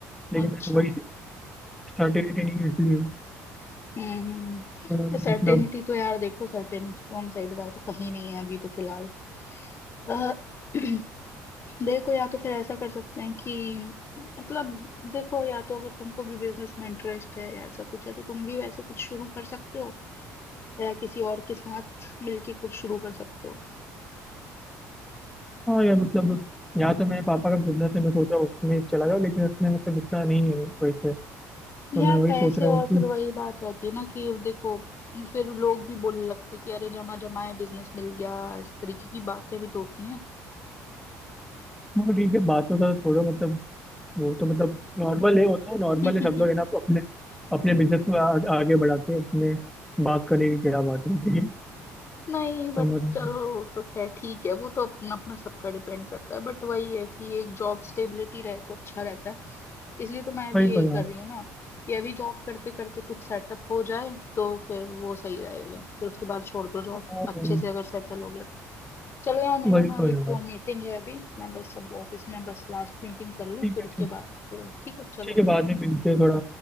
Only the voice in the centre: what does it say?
लेकिन
मेरे को वही सर्टिनिटी नहीं है इसलिए
तो यार
मतलब
हाँ यार मतलब यहाँ तो मेरे पापा का बिजनेस है मैं सोच रहा हूँ उसमें चला जाओ लेकिन उसमें मतलब इतना नहीं है पैसे तो
मैं वही
सोच रहा
हूँ कि
मगर ठीक है बातों का तो छोड़ो मतलब वो तो मतलब नॉर्मल है वो तो नॉर्मल
है सब लोग है ना अपने अपने बिजनेस को आ, आगे बढ़ाते हैं उसमें बात करने की क्या बात होती है
तो मतलब
वही
तो यार
हाँ
यार,
वही
तो यार
ठीक
है
ठीक
ठीक है बाद में मिलके थोड़ा